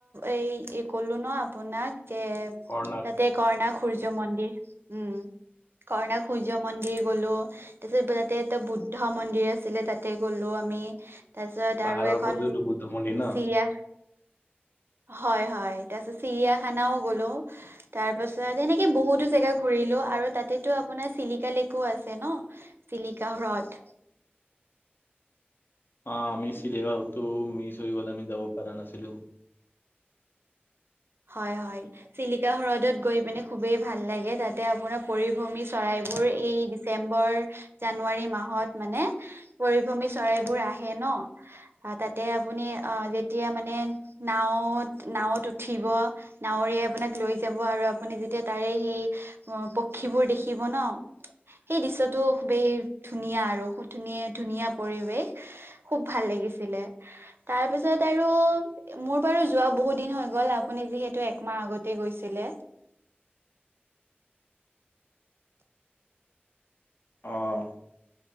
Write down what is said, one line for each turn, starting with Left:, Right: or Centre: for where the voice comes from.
Right: এই এই ক'লো ন' আপোনাক। যে
Left: কৰ্ণাক
Right: তাতে কৰ্ণাক সূৰ্য মন্দিৰ, উম। কৰ্ণাক সূৰ্য মন্দিৰ গ'লো তাৰপিছত তাতে এটা বুদ্ধ মন্দিৰ আছিলে তাতে গ'লো। মি তাৰপিছত
Left: পাহাৰৰ
Right: আৰু এখন
Left: ওপৰত যোনটো বুদ্ধ মন্দিৰ
Right: চিৰিয়া
Left: ন
Right: হয়, হয় তাৰপিছত চিৰিয়াখানাও গ'লো, তাৰপাছত এনেকে বহুতো জেগা ঘূৰি লো, আৰু তাতেটো আপোনাৰ চিলিকা লেকো আছে ন' চিলিকা হ্ৰদ।
Left: অ', আমি চিলিগা হ্ৰদটো মিচ হৈ গ'ল, আমি যাব পাৰা নাছিলোঁ।
Right: হয়, হয় চিলিকা হ্ৰদত গৈ পিনে খুবেই ভাল লাগে, তাতে আপোনাৰ পৰিভ্ৰমী চৰাই বোৰ এই ডিচেম্বৰ, জানুৱাৰী মাহত মানে পৰিভ্ৰমী চৰাইবোৰ আহে ন' তাতে আপুনি অ', যেতিয়া মানে নাওঁত, নাওঁত উ উঠিব, নাৱৰীয়া আপোনাক লৈ যাব আৰু আপুনি যেতিয়া তাৰে সেই পক্ষীবোৰ দেখি <unintelligible> সেই দৃশ্যটো খুবেই ধুনীয়া আৰু খুব ধুনীয়া, ধুনীয়া পৰিৱেশ খুব ভাল লাগিছিলে, তাৰপিছত আৰু মোৰ বাৰু যোৱা বহুত দিন হৈ গ'ল আপুনি যিহেতু একমাহ আগতে গৈছিলে।
Left: অ',